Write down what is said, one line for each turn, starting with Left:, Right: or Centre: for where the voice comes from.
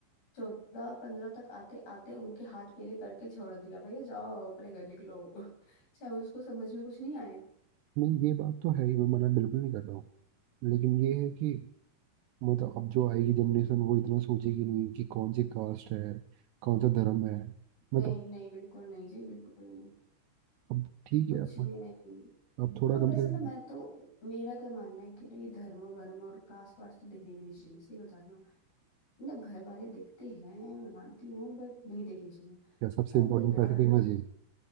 Left: चौदह पंद्रह तक आते आते उनके हाथ पीले करके छोड़ दिया भैया जाओ अपने घर निकलो <laughs> चाहे उसको समझ में कुछ नहीं आए
Right: नहीं ये बात तो है ही मैं मना बिल्कुल नहीं कर रहा हूँ लेकिन ये है कि मतलब अब जो आएगी जनरेशन वो इतना सोचेगी नहीं कि कौन सी कास्ट है कौन सा धर्म है मतलब
Left: नहीं नहीं बिल्कुल नहीं जी बिल्कुल नहीं
Right: अब ठीक
Left: कुछ
Right: है अब
Left: भी नहीं
Right: अब थोड़ा
Left: और
Right: कम
Left: वैसे
Right: से कम
Left: ना मैं तो मेरा क्या मानना है कि ना ये धर्म वर्म और कास्ट वास्ट तो देखने भी नहीं चाहिए सही बता रही हूँ मतलब घर वाले देखते हैं मैं मानती हूँ बट नहीं देखनी चाहिए
Right: क्या सबसे
Left: अब
Right: इम्पोर्टेंट
Left: यार
Right: पैसे दिखना चाहिए